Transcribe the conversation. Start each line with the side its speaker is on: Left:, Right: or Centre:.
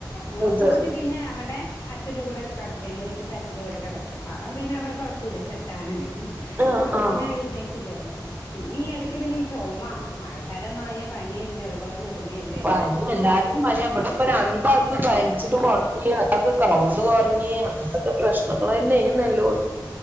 Left: മൂത്തക്കുട്ടി
Right: ഇത്
Left: പിന്നെ അവടെ അച്ഛന്റെ കൂടൊക്കെ കെടക്കേ എന്റെ വീട്ട്ത്തെ അച്ഛന്റെ കൂടെ കെടക്കും അവൻ പിന്നെ അവടെ കൊഴപ്പോല്ല സെറ്റാണ്.
Right: ആഹ്
Left: അവൻ
Right: ആഹ്
Left: പിന്നെ എഴുന്നേക്കില്ലല്ലോ. പിന്നെ ഈ എടക്ക് പിന്നെ ഈ ചൊമ മഴക്കാലമായ പനി, ജലദോഷം <unintelligible>
Right: <unintelligible>
Left: പിടിച്ചിട്ട്
Right: എല്ലാവർക്കും പനിയ ഇവിടെപ്പം രണ്ടാൾക്കും പനിച്ചിട്ട് കൊഴപ്പയില്ല. ത്ത് കൊറഞ്ഞി ഇപ്പത്തെ പ്രശ്നങ്ങൾ തന്നേയിരുന്നു എല്ലോട